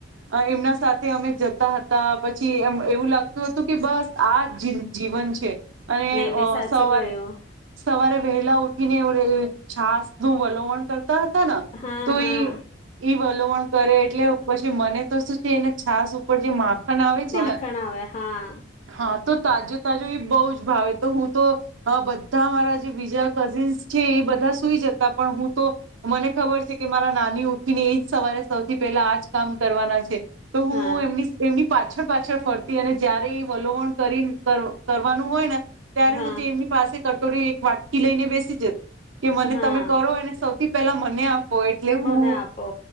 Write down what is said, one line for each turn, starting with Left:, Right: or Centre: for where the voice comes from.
Right: અ એમના સાથે અમે જતા હતા પછી કી એમ એવું લાગતું હતું કે બસ આ જી જીવન છે. અને
Left: નઈ નઈ
Right: અ
Left: સાચું
Right: સવારે
Left: કયું
Right: સવારે વેલા ઉઠીને વર છાસ નું વલોવણ કર તા હતા ન
Left: હા
Right: તો ઈ
Left: હા
Right: વલ પણ કરે એટલે પછી મને તો શું છે એને છાસ ઉપર જે માખણ આવે છે
Left: માખણ
Right: ને
Left: આવે હા.
Right: હા તો તાજો તાજો એ બહુ જ ભાવે તો હું તો બ. બ મારા જે બીજા કઝિન્સ છે એ બધા સુઈ જતા. પણ હું તો. મને ખબર છે કે મારા નાની. ઉઠીને એજ સવારે સૌથી પહેલા આજ કામ કરવાના છે. તો હું
Left: હા
Right: એમની એમની પાછ. ફરતી અને જયારે એ વલોવણ કરી કરવાનું હોય ને. ત્યારે
Left: હા
Right: હું તે એમની પાસે. કટોરી એક વાટકી લઈને બેસી જતી. કે મને
Left: હા
Right: તમે કરો એને સૌથી. પેલા. ને આપો એટલે હું
Left: મને આપો